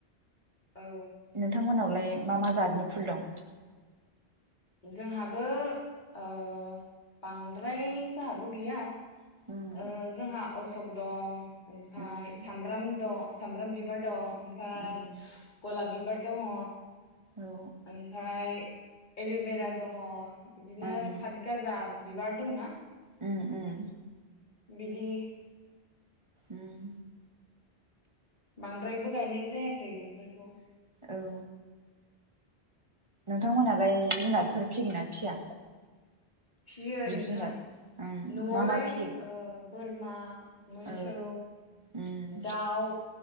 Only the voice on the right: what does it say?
नोंथांमोननाव लाय मा मा जातनि फुल दं
उम
उम
उम
औ
उम
उम उम
ओम
औ नोंथांमोनालाय जुनारफोर फिसिगोन ना फिया
जिब
जुनार? उम
मा मा फियो?
औ उम